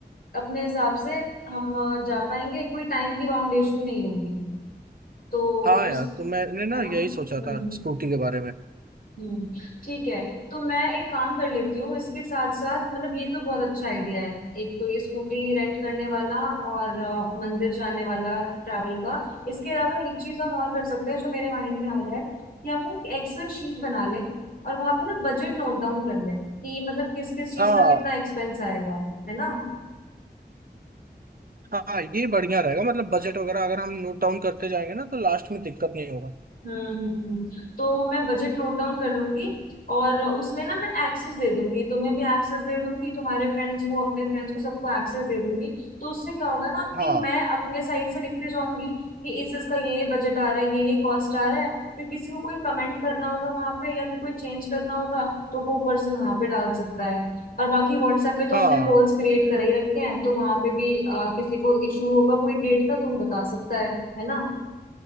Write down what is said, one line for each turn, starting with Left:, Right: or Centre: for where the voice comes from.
Left: अपने हिसाब से हम अ, जा पाएंगे कोई टाइम की बाउंडेशन नहीं होगी तो
Right: हाँ
Left: उस
Right: यार तो मैंने ना
Left: है ना
Right: यही
Left: हम्म
Right: सोचा था स्कूटी के बारे में
Left: हम्म ठीक है तो मैं एक काम कर लेती हूँ इसके साथ साथ मतलब ये तो बहुत अच्छा आइडिया है एक तो ये स्कूटी रेंट करने वाला और अ, मंदिर जाने वाला ट्रैवल का इसके अलावा एक चीज हम और कर सकते हैं जो मेरे माइंड में आ रहा है कि हम ना एक एक्सेल शीट बना लें और वहां पे ना बजट नोट डाउन कर लें कि मतलब किस किस चीज
Right: हाँ
Left: का कितना एक्सपेंस आएगा है ना
Right: हाँ ये बढ़िया रहेगा मतलब बजट वगैरह अगर हम नोट डाउन करते जाएंगे ना तो लास्ट में दिक्कत नहीं होगा
Left: हम्म हम्म, हम्म। तो मैं बजट नोट डाउन कर लूंगी और उसमें ना मैं एक्सेस दे दूंगी तुम्हें भी एक्सेस दे दूंगी तुम्हारे फ्रेंड्स को अपने फ्रेंड्स को सबको एक्सेस दे दूंगी तो उससे क्या होगा ना
Right: हाँ
Left: कि मैं अपने साइड से लिखते जाऊंगी कि इस इसका ये ये बजट आ रहा है ये ये कॉस्ट आ रहा है फिर किसी को कोई कमेंट करना होगा वहां पे या फिर कोई चेंज करना होगा तो वो पर्सन वहां पे डाल सकता है और बाकी व्हाट्सएप पे तो हमने
Right: हाँ
Left: पोल्स क्रिएट कर ही रखे हैं तो वहां पे भी अ, किसी को इशू होगा कोई डेट का तो वो बता सकता है है ना